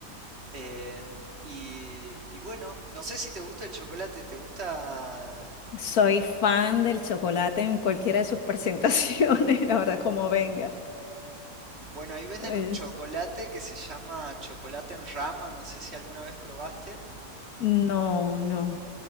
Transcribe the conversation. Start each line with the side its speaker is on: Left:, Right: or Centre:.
Right: en- y, y bueno, no sé si te gusta el chocolate. ¿Te gusta...?
Left: soy fan del chocolate en cualquiera de sus presentaciones, <laughs> la verdad, como venga.
Right: Bueno, ahí venden
Left: Es-
Right: un chocolate que se llama chocolate en rama. No sé si alguna vez probaste.
Left: no, no,